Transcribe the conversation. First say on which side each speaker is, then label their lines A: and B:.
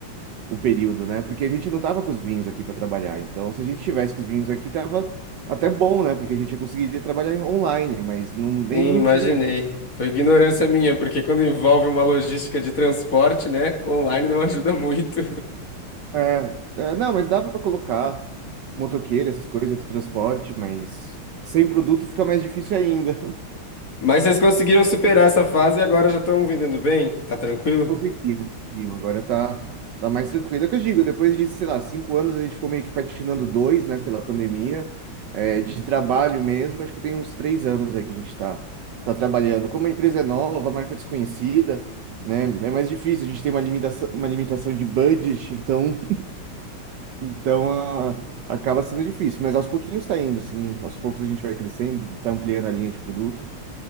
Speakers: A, on the right (about 70°); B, on the left (about 40°).
A: o período, né? Porque a gente não tava com os vinhos aqui para trabalhar. Então, se a gente tivesse com os vinhos aqui, tava até bom, né? Porque a gente conseguiria trabalhar em- online, mas não, nem,
B: Sim,
A: não
B: imaginei.
A: tinha.
B: Foi ignorância minha, porque quando envolve uma logística de transporte, né, o online não ajuda muito.
A: É, é, não, mas dava para colocar motoqueiro, essas coisas, transporte, mas sem produto fica mais difícil ainda.
B: <laughs> Mas vocês conseguiram superar essa fase e agora já estão vendendo bem? Tá tranquilo?
A: Conseguimos, conseguimos. Agora tá, tá mais tranquilo. É o que eu digo, depois de, sei lá, cinco anos, a gente ficou meio que patinando dois, né, pela pandemia, é, de trabalho mesmo. Acho que tem uns três anos aí que a gente tá, tá trabalhando. Como a empresa é nova, a marca é desconhecida, né, é mais difícil. A gente tem uma limitação, uma limitação de budget, então, então ah, acaba sendo difícil. Mas aos pouquinhos tá indo, sim. Aos poucos a gente vai crescendo, tá ampliando a linha de produto.